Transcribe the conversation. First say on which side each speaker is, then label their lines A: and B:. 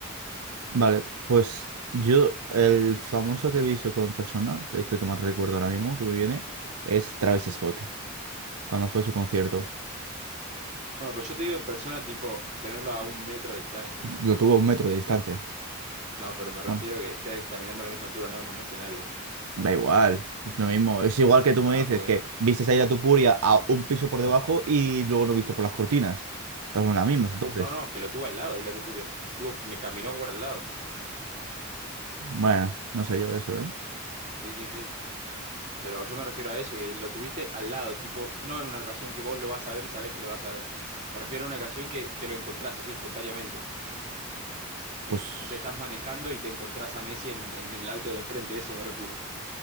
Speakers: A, on the right (about 85°); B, on the right (about 30°).
A: Vale, pues yo el famoso que he visto todo en persona, que es el que más recuerdo ahora mismo que me viene, es Travis Scott, cuando fue a su concierto.
B: Bueno, pero yo te digo en persona, tipo, tenerlo a un metro de distancia.
A: Lo tuvo a un metro de distancia.
B: No, pero me refiero
A: Bueno,
B: que estés caminando a la misma altura, no en un escenario.
A: da igual, es lo mismo. Es igual que tú
B: Nada,
A: me dices
B: porque...
A: que viste salir a tu puria a un piso por debajo y luego no viste por las cortinas. Estás en las mismas,
B: No,
A: entonces.
B: no, no, que lo tuve al lado, y la Tupuria. Tipo, me caminó por al lado.
A: Bueno, no sé yo eso, ¿eh?
B: Sí, sí, sí. Pero yo me refiero a eso, que lo tuviste al lado, tipo, no en una ocasión que vos lo vas a ver y sabés que lo vas a ver. Me refiero a una ocasión que te lo encontrás así espontáneamente.
A: Pues
B: No sé, estás manejando y te encontrás a Messi en, en el auto de enfrente, eso me refiero.